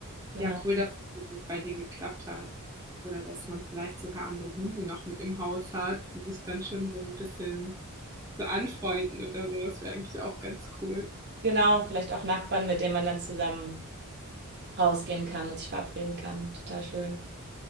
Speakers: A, on the right (about 50°); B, on the right (about 15°).
A: Genau.
B: Ja, cool, dass es so gut bei dir geklappt hat. Oder dass man vielleicht sogar andere Hunde noch mit im Haus hat, die sich dann schon so ein bisschen so anfreunden oder so. Das wäre eigentlich auch ganz cool.
A: Genau, vielleicht auch Nachbarn, mit denen man dann zusammen rausgehen kann und sich verabreden kann. Total schön.